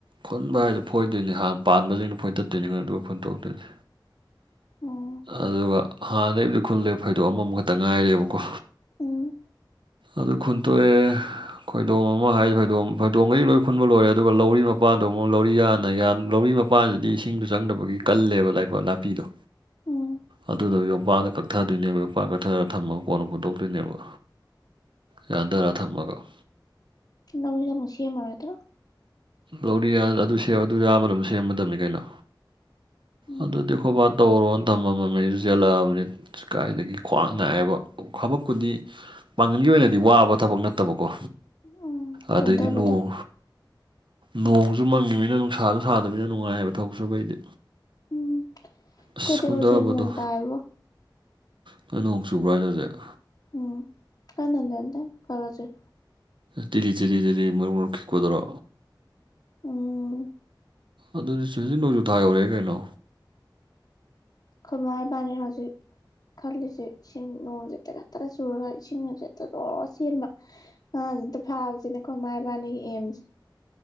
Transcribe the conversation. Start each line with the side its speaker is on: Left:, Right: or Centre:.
Right: ꯈꯟꯕ ꯍꯥꯏꯗꯣ ꯐꯣꯏꯗꯣꯏꯅꯤ ꯍꯥꯟꯅ ꯄꯥꯟꯕꯁꯤꯡꯅ ꯐꯣꯏ ꯇꯠꯇꯣꯏꯅꯤꯉꯣ ꯑꯗꯨꯒ ꯐꯣꯏꯣꯟ ꯇꯣꯛꯇꯣꯏꯅꯤ
Left: ꯎꯝ
Right: ꯑꯗꯨꯒ ꯍꯥꯟꯅꯩꯕꯨꯗꯤ ꯈꯨꯜꯂꯦ ꯐꯣꯏꯗꯣꯛꯑ ꯑꯃꯃꯨꯈꯛꯇ ꯉꯥꯏꯔꯦꯕꯀꯣ
Left: ꯎ
Right: ꯑꯗꯨ ꯈꯨꯟꯇꯣꯛꯑꯦ ꯈꯣꯏꯗꯣꯡꯝ ꯑꯃ ꯍꯥꯏꯗꯤ ꯐꯣꯏꯗꯣꯡꯝ ꯐꯣꯏꯗꯣꯝꯒꯩ ꯂꯣꯏ ꯈꯨꯟꯕ ꯂꯣꯏꯔꯦ ꯑꯗꯨꯒ ꯂꯧꯔꯤ ꯃꯄꯥꯟꯗꯣ ꯑꯃꯨꯛ ꯂꯧꯔꯤ ꯌꯥꯅ ꯂꯧꯔꯤ ꯅꯨꯄꯥꯁꯤꯗꯤ ꯏꯁꯤꯡꯗ ꯆꯪꯗꯕꯒꯤ ꯀꯜꯂꯦꯕ ꯂꯩꯕꯥꯛ ꯅꯥꯄꯤꯗꯣ
Left: ꯎꯝ
Right: ꯑꯗꯨꯗꯣ ꯌꯣꯝꯄꯥꯛꯅ ꯀꯛꯊꯗꯣꯏꯅꯦꯕ ꯌꯣꯄꯥꯛ ꯀꯛꯊꯔꯒ ꯊꯝꯃꯒ ꯀꯣꯟꯅ ꯄꯨꯨꯟꯠꯇꯣꯛꯇꯣꯏꯅꯦꯕ ꯌꯥꯗꯔꯥ ꯊꯝꯃꯒꯣ
Left: ꯅꯧꯔꯤꯒ ꯃꯨꯁꯤꯦ ꯃꯥꯔꯣꯏꯗ꯭ꯔꯣ
Right: ꯂꯧꯔꯤ ꯑꯗꯨ ꯑꯗꯨ ꯑ ꯑꯃꯅꯣꯝ ꯁꯦꯝꯃꯗꯕꯃꯤ ꯀꯩꯅꯣ
Left: ꯎꯝ
Right: ꯑꯗꯨꯗꯤꯈꯣ ꯕꯥ ꯇꯧꯔꯣꯅ ꯊꯝꯃꯝꯃꯅꯤꯁꯨ ꯆꯦꯜꯂꯛꯑꯕꯅꯤ ꯀꯥꯏꯗꯒꯤ ꯈ꯭ꯋꯥꯡ ꯅꯥꯏꯑꯦꯕ ꯊꯕꯛꯄꯨꯗꯤ ꯄꯥꯡꯒꯜꯒꯤ ꯑꯣꯏꯅꯗꯤ ꯋꯥꯕ ꯊꯕꯛ ꯅꯠꯇꯕꯀꯣ
Left: ꯎꯝ
Right: ꯑꯗꯒꯤ
Left: ꯀꯣꯟꯊꯕꯗꯣ
Right: ꯅꯣꯡ ꯅꯣꯡꯁꯨ ꯃꯪꯉꯤꯃꯤꯅ ꯅꯨꯡꯁꯥꯁꯨ ꯁꯥꯗꯕꯃꯤꯅ ꯅꯨꯡꯉꯥꯏꯑꯕ ꯊꯕꯛꯁꯨꯨꯕꯩꯗꯤ
Left: ꯎꯝ ꯑꯩꯈꯣꯏꯗꯤ
Right: ꯑꯁ ꯀꯨꯟꯊꯕꯗꯣ
Left: ꯍꯧꯖꯤꯛ ꯅꯣꯡ ꯇꯥꯏꯕꯣ
Right: ꯅꫭꯏ ꯅꯣꯡ ꯆꯨꯕ꯭ꯔ ꯍꯥꯏꯁꯦ ꯍꯧꯖꯤꯛ
Left: ꯎꯝ ꯀꯥꯟꯅ ꯅꯠꯇ‌ꯦ ꯈꯔ ꯈꯔ ꯆꯨꯏ
Right: ꯊꯤꯠꯂꯤ ꯊꯤꯠꯂꯤ ꯊꯤꯠꯂꯤ ꯃꯔꯨ ꯃꯔꯨ ꯈꯤꯛꯄꯗꯨꯔꯣ
Left: ꯎꯝ
Right: ꯑꯗꯨꯗꯤ ꯁꯤ <unintelligible> ꯍꯧꯖꯤꯛ ꯅꯣꯡꯖꯨ ꯊꯥ ꯌꯧꯔꯑ‌ꯦ ꯀꯩꯅꯣ
Left: ꯑꯈꫭꯏꯃꯥ ꯏꯕꯅꯤ ꯍꯧꯖꯤꯛ ꯈꯜꯂꯤꯁꯦ ꯏꯁꯤꯡ ꯅꯣꯡꯁꯤ ꯇꯈꯠꯇꯅ ꯆꯨꯔꯒ ꯏꯁꯤꯡ ꯒꯁꯦ ꯇꯈꯠꯇꯅ ꯆꯦꯟꯕ ꯉꯥ‌ ꯑꯝꯇ ꯐꯥꯒ‌ꯦꯁꯤꯅꯤ ꯑꯈꯣꯏꯃꯥꯥ ꯏꯕꯅꯤꯒꯤ ꯑ‌ꯦꯝꯁ‌ꯦ